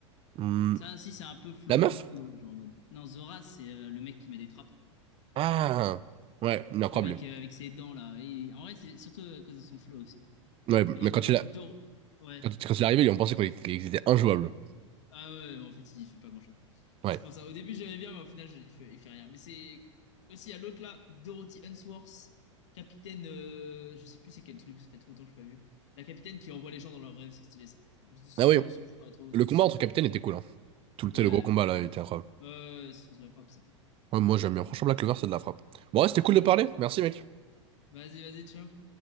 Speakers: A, on the right; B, on the left.
A: Hum,
B: Ça aussi, c'est un peu flow,
A: La meuf?
B: flow, genre en mode. Non, Zora, c'est euh, le mec qui met des trappes.
A: Ah! Ouais, il est incroyable.
B: Le mec euh, avec ses dents là. il- En vrai, c'est surtout à cause de son flow aussi.
A: Ouais,
B: Et
A: mais
B: Doro...
A: quand il a.
B: Doro- Ouais.
A: Quand, quand il est arrivé, ils ont pensé qu'on était- qu'ils étaient injouables.
B: Ah ouais, ouais, mais en fait, il fait pas grand-chose.
A: Ouais.
B: C'est pour ça. Au début, j'aimais bien, mais au final, je- il fait, il fait rien. Mais c'est aussi à l'autre là, Dorothy Unsworth, capitaine. euh, Je sais plus c'est quel truc, ça fait trop longtemps que je l'ai pas vu. La capitaine qui envoie les gens dans leurs rêves, c'est stylé ça. Son,
A: Ah oui,
B: son pouvoir est trop,
A: le
B: trop
A: combat
B: stylé.
A: entre capitaines était cool. hein. Tout le,
B: Ouais.
A: tu sais, le gros combat là, il était incroyable.
B: Ouais, ouais, ouais, c'est trop de la frappe ça.
A: Ouais, moi j'aime bien. Franchement, Black Clover, c'est de la frappe. Bon, ouais, c'était cool
B: Ouais.
A: de parler. Merci, mec.
B: Vas-y, vas-y, ciao.